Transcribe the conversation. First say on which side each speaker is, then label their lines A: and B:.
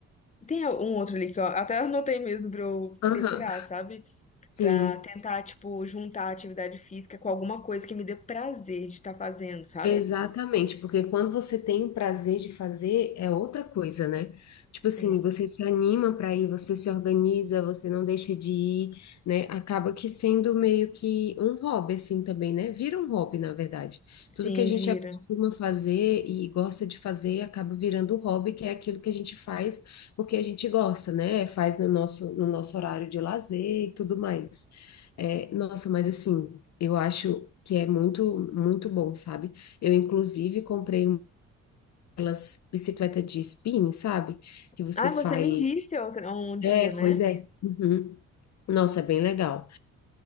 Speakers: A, on the left (about 25°); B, on the left (about 65°).
A: tem um outro ali que eu até anotei mesmo para eu
B: aham.
A: procurar, sabe?
B: Sim.
A: Para tentar tipo juntar a atividade física com alguma coisa que me dê prazer de estar fazendo, sabe?
B: Exatamente, porque quando você tem o prazer de fazer, é outra coisa, né? Tipo assim,
A: É.
B: você se anima para ir, você se organiza, você não deixa de ir, né? Acaba que sendo meio que um hobby, assim também, né? Vira um hobby, na verdade.
A: Sim,
B: Tudo que a gente
A: vira.
B: acostuma fazer e gosta de fazer acaba virando um hobby, que é aquilo que a gente faz porque a gente gosta, né? Faz no nosso, no nosso horário de lazer e tudo mais. É, nossa, mas assim, eu acho que é muito, muito bom, sabe? Eu, inclusive, comprei umas bicicleta de spinning, sabe? Que você
A: Ah, você
B: faz.
A: me disse outra, um
B: É,
A: dia,
B: pois
A: né?
B: é. Uhum. Nossa, é bem legal.